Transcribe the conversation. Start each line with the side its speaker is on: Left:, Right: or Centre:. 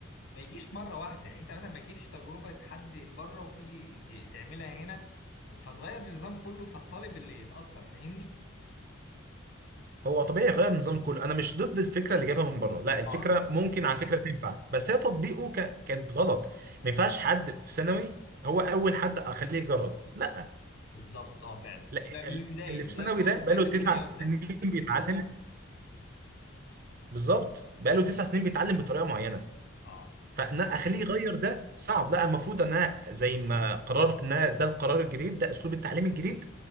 Left: ما يجيش مرة واحدة يعني انت مثلا ما تجيبش تجربة حد بره وتيجي ت- تعملها هنا فتغير النظام كله فالطالب اللي يتأثر فاهمني؟
Right: هو طبيعي يغير النظام كله انا مش ضد الفكره اللي جايبها من بره لا الفكره
Left: اه آه.
Right: ممكن على فكره تنفع بس هي تطبيقه ك... كانت غلط ما ينفعش حد في ثانوي هو اول حد اخليه يجرب لا
Left: بالظبط اه فعلا
Right: لا
Left: يبقى من
Right: ال-
Left: البدايه
Right: اللي
Left: من
Right: في
Left: البدايه
Right: ثانوي
Left: خالص
Right: ده بقاله
Left: بقى تبقى
Right: تسع سنين
Left: لده
Right: بيتعلم بالظبط بقاله
Left: اه
Right: تسع سنين بيتعلم بطريقه معينه
Left: اه
Right: فان أنا اخليه يغير ده صعب لا المفروض ان انا زي ما قررت ان أنا ده القرار الجديد ده اسلوب التعليم الجديد